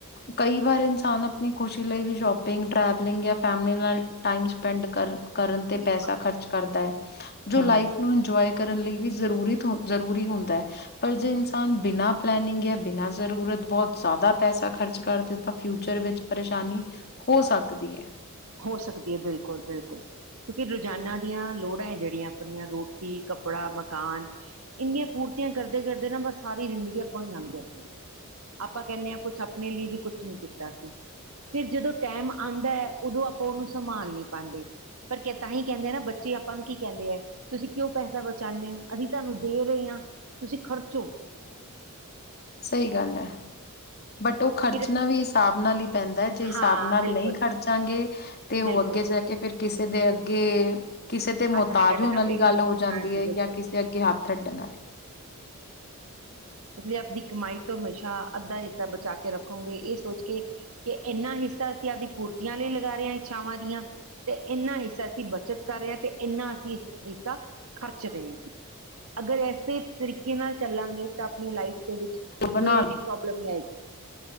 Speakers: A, on the left; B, on the right.
A: ਕਈ ਵਾਰ ਇਨਸਾਨ ਆਪਣੀ ਖੁਸ਼ੀ ਲਈ ਵੀ ਸ਼ੋਪਿੰਗ ਡਾਰਲਿੰਗ ਜਾਂ ਫੈਮਲੀ ਨਾਲ ਟਾਈਮ ਸਪੈਂਡ ਕਰਨ ਕਰਨ ਤੇ
B: ਬਿਲਕੁਲ
A: ਪੈਸਾ ਖਰਚ ਕਰਦਾ ਹੈ ਜੋ
B: ਹਮ
A: ਲਾਈਫ ਨੂੰ ਇੰਜੋਵਾ ਕਰਨ ਲਈ ਵੀ ਜ਼ਰੂਰੀ ਤੋਂ ਜ਼ਰੂਰੀ ਹੁੰਦਾ ਹੈ ਪਰ ਜੇ ਇਨਸਾਨ ਬਿਨਾਂ ਪਲੈਨਿੰਗ ਹੈ ਬਿਨਾ ਜ਼ਰੂਰਤ ਬਹੁਤ ਜ਼ਿਆਦਾ ਪੈਸਾ ਖ਼ਰਚ ਕਰਦੇ ਤਾਂ ਫਿਊਚਰ ਵਿੱਚ ਪਰੇਸ਼ਾਨੀ ਹੋ ਸਕਦੀ ਹੈ
B: ਹੋ ਸਕਦੀ ਹੈ ਬਿਲਕੁਲ ਬਿਲਕੁਲ ਕਿਉਂਕਿ ਰੋਜ਼ਾਨਾ ਦੀਆਂ ਲੋੜਾਂ ਹੈ ਜਿਹੜੀਆਂ ਆਪਣੀਆਂ ਰੋਟੀ ਕੱਪੜਾ ਮਕਾਨ ਇੰਨੀਆਂ ਪੂਰੀਆਂ ਕਰਦੇ ਕਰਦੇ ਨਾ ਬਸ ਸਾਰੀ ਜ਼ਿੰਦਗੀ ਆਪਾਂ ਨੂੰ ਲੰਘ ਜਾਂਦੀ ਹੈ ਆਪਾਂ ਕਹਿੰਦੇ ਹਾਂ ਕੁਛ ਆਪਣੇ ਲਈ ਵੀ ਕੁਛ ਨੀ ਕੀਤਾ ਸੀ ਫਿਰ ਜਦੋਂ ਟਾਈਮ ਆਉਂਦਾ ਹੈ ਉਦੋਂ ਆਪਾਂ ਉਹਨੂੰ ਸੰਭਾਲ ਨਹੀਂ ਪਾਉਂਦੇ ਪਰ ਤਾਂਹੀ ਕਹਿੰਦੇ ਆ ਨਾ ਬੱਚੇ ਆਪਾਂ ਨੂੰ ਕੀ ਕਹਿੰਦੇ ਹੈ ਤੁਸੀਂ ਕਿਉਂ ਪੈਸਾ ਬਚਾਉਦੇ ਹੋ ਅਸੀਂ ਤੁਹਾਨੂੰ ਦੇ ਰਹੇ ਹਾਂ ਤੁਸੀਂ ਖ਼ਰਚੋ
A: ਸਹੀ ਗੱਲ ਹੈ ਬਟ ਉਹ ਖਰਚਣਾ
B: ਫਿਰ
A: ਵੀ ਹਿਸਾਬ ਨਾਲ ਲਈ ਪੈਂਦਾ ਜੇ ਹਿਸਾਬ
B: ਹਾਂ
A: ਨਾਲ
B: ਬਿਲਕੁਲ
A: ਨਹੀਂ ਖਰਚਾਂਗੇ ਤੇ ਉਹ
B: ਬਿਲਕੁਲ
A: ਅੱਗੇ ਜਾ ਕੇ ਫਿਰ ਕਿਸੇ ਦੇ ਅੱਗੇ ਕਿਸੇ ਤੇ ਮੁਹਤਾਜ
B: ਹੱਥ ਨੀ ਅੱਡਣਾ
A: ਹੋਣ ਵਾਲੀ
B: ਪਏਗਾ
A: ਗੱਲ ਹੋ ਜਾਂਦੀ
B: ਹਾਂਜੀ
A: ਹੈ
B: ਬਿਲਕੁਲ
A: ਜਾਂ ਕਿਸੇ ਅੱਗੇ ਹੱਥ ਅੱਡਣ ਵਾਲੀ
B: ਮਤਲਬ ਆਪਣੀ ਕਮਾਈ ਤੋਂ ਹਮੇਸ਼ਾ ਅੱਧਾ ਹਿੱਸਾ ਬਚਾ ਕੇ ਰੱਖੋਗੇ ਇਹ ਸੋਚ ਕੇ ਕਿ ਇਨਾ ਹਿੱਸਾ ਅਸੀਂ ਆਪਦੀ ਪੂਰਤੀਆਂ ਲਈ ਲਗਾ ਰਹੇ ਹਾਂ ਇੱਛਾਵਾਂ ਦੀਆਂ ਤੇ ਇਹਨਾਂ ਹਿੱਸਾ ਅਸੀਂ ਬੱਚਤ ਕਰ ਰਹੇ ਹਾਂ ਤੇ ਇੰਨਾ ਅਸੀਂ ਇਸ ਫੀਸ ਦਾ ਖਰਚਦੇ ਹਾਂ ਅਗਰ ਇਸੇ ਤਰੀਕੇ ਨਾਲ ਚੱਲਾਂਗੇ ਤਾਂ ਆਪਣੀ ਲਾਈਫ ਵਿੱਚ ਕੋਈ
A: ਬਣਾ
B: ਇਹ ਪ੍ਰੋਬਲਮ ਹੀ ਆਈਗੀ